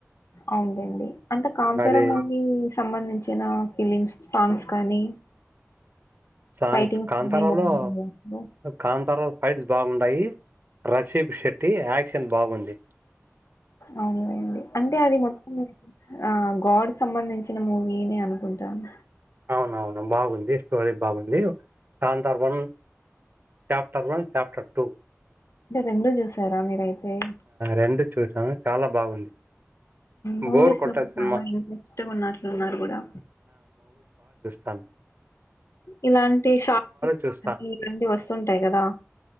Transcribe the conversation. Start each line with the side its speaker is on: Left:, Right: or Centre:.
Left: అవున్లెండి అంటే కాంతర
Right: అది
Left: మూవీ సంబంధించిన ఫిలిమ్ సాంగ్స్ కానీ
Right: సాంగ్స్
Left: ఫైటింగ్స్
Right: కాంతారాలో
Left: కానీ బాగున్నాయ దాంట్లో
Right: కాంతారా ఫైట్స్ బాగుండాయి రషీబ్ శెట్టి యాక్షన్ చికెన్ బాగుంది
Left: అవున్లెండి అంటే అది మొత్తం ఆ గాడ్ సంబంధించిన మూవీయేనా అనుకుంటాను
Right: అవును అవును బాగుంది స్టోరీ బాగుంది Kantara one chapter one chapter two
Left: అంటే రెండు చూసారా మీరయితే
Right: రెండు చూసాను చాలా బాగుంది
Left: మూవీస్
Right: బోర్ కొట్టే
Left: లో కూడా
Right: సినిమా
Left: చాలా ఇంట్రెస్ట్ ఉన్నట్లు ఉన్నారు గుడా
Right: తన్
Left: ఇలాంటి షాట్
Right: చూస్తా.
Left: ఇలాంటివి వస్తుూంటాయి గదా